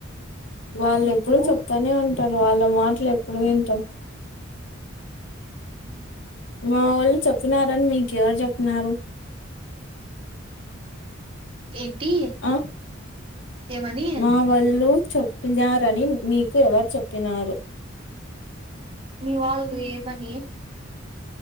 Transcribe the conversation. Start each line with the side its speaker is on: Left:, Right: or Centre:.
Left: వాళ్ళు
Right: మీకు
Left: ఎప్పుడుూ చెప్తానే ఉంటారు వాళ్ళ మాటలు ఎప్పుడు వింటాం
Right: హ్మ్
Left: మా వాళ్ళు చెప్తున్నారుారనిడి మీక ఎవరు చెప్న్నారు
Right: ఏంటి
Left: ఆ
Right: ఏమని
Left: మా వళ్ళు చెప్ినారని మీకు ఎవరు చెప్పినారు
Right: మీ వాళ్ళు ఏమని